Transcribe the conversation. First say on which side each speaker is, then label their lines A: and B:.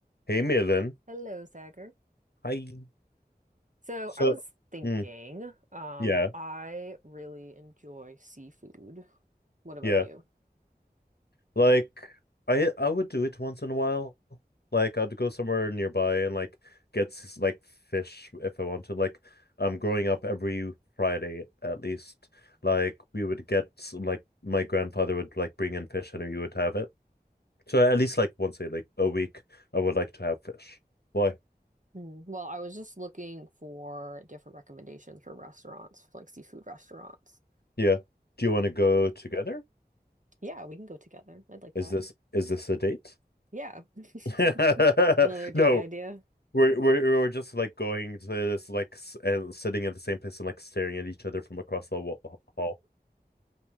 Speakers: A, on the left; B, on the right.
A: Hey Malin.
B: Hello, Sagar.
A: Hi.
B: So
A: So,
B: I was thinking,
A: mm,
B: um,
A: yeah,
B: I really enjoy seafood. What about
A: yeah.
B: you?
A: Like I I would do it once in a while. Like I'd go somewhere nearby and like get s- like fish if I wanted. Like um growing up every Friday at least, like we would get s- like my grandfather would like bring in fish and we would have it. So at least like once a like a week I would like to have fish. Why?
B: Hmm. Well, I was just looking for different recommendations for restaurants, like seafood restaurants.
A: Yeah. Do you want to go together?
B: Yeah, we can go together. I'd like
A: Is
B: that.
A: this is this a date?
B: Yeah.
A: <laughs>
B: <laughs> Another date
A: No,
B: idea.
A: We're we're we're just like going to this like s- and sitting at the same place and like staring at each other from across the wa- hall.